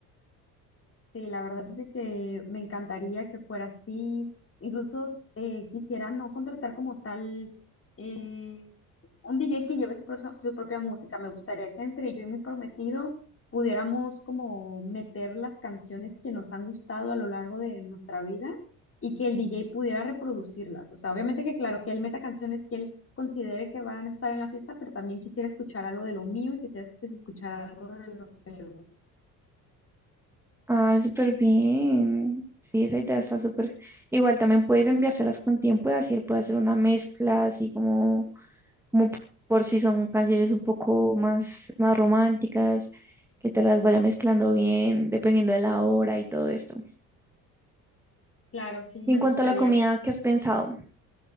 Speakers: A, on the left (about 30°); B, in the centre.
A: Sí, la verdad es de que me encantaría que fuera así. Incluso eh, quisiera no contratar como tal eh, un DJ que lleve su, prosa- su propia música. Me gustaría que entre yo y mi prometido pudiéramos como meter las canciones que nos han gustado a lo largo de nuestra vida y que el DJ pudiera reproducirlas. O sea, obviamente que claro, que él meta canciones que él considere que van a estar en la fiesta, pero también quisiera escuchar algo de lo mío y quisiera escuchar algo de lo que le
B: Ah, súper bien. Sí, esa idea está súper. Igual también puedes enviárselas con tiempo y así él puede hacer una mezcla, así como, como p- por si son canciones un poco más, más románticas, que te las vaya mezclando bien, dependiendo de la hora y todo esto.
A: Claro, sí,
B: Y
A: me
B: en cuanto
A: gustaría.
B: a la comida, ¿qué has pensado?
A: sí.